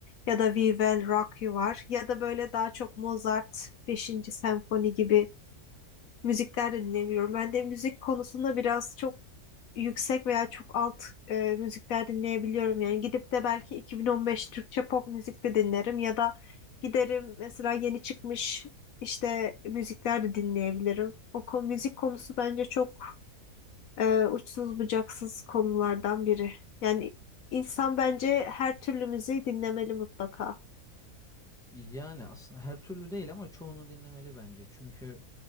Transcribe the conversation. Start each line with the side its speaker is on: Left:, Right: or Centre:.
Left: Ya da We Will Rock You var. Ya da böyle daha çok Mozart beşinci Senfoni gibi müzikler de dinlemiyorum. Ben de müzik konusunda biraz çok yüksek veya çok alt e, müzikler dinleyebiliyorum. Yani gidip de belki 2015 Türkçe pop müzik de dinlerim ya da giderim mesela yeni çıkmış işte müzikler de dinleyebilirim. O konu, müzik konusu bence çok e, uçsuz bucaksız konulardan biri. Yani insan bence her türlü müziği dinlemeli mutlaka.
Centre: Yani aslında her türlü değil ama çoğunu dinlemeli bence. Çünkü